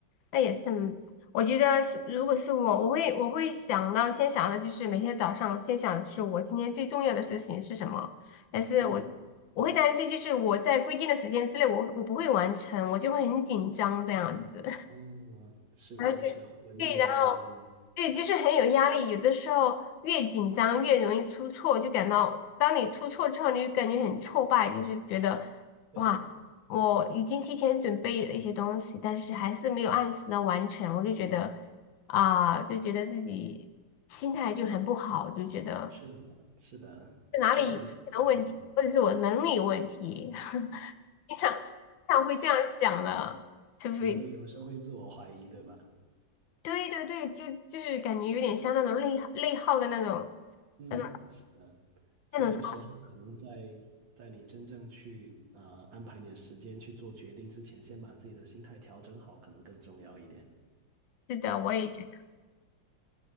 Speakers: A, on the left; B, on the right.
A: 那也是，我觉得是，如果是我，我会我会想到先想的就是每天早上先想就是我今天最重要的事情是什么，但是我我会担心就是我在规定的时间之内我我不会完成，
B: 嗯，
A: 我就会很紧张这样子。
B: 哦，是是是，
A: <laughs>
B: 会有一定压力，
A: 对，然后对，
B: 对吗？
A: 就是很有压力。有的时候越紧张越容易出错，就感到当你出错之后，你就感觉很挫败，就是觉得
B: 对，
A: 哇，我已经提前准备了一些东西，但是还是没有按时的完成，我就觉得啊、就觉得自己心态就很不好，就觉得
B: 是的，是的，
A: 是哪里有出现了问题，
B: 会有这种情况，
A: 或者是我能力有问题，<laughs> 经常经常会这样想的，除非。
B: 是会有时候会自我怀疑，对吧？
A: 对对对，就就是感觉有点像那种内耗内耗的那种
B: 嗯，
A: 那种
B: 是的。所以有时候可能在在你真正去呃安排你的时间去做决定之前，
A: 那种。
B: 先把自己的心态调整好，可能更重要一点。
A: 是的，我也觉得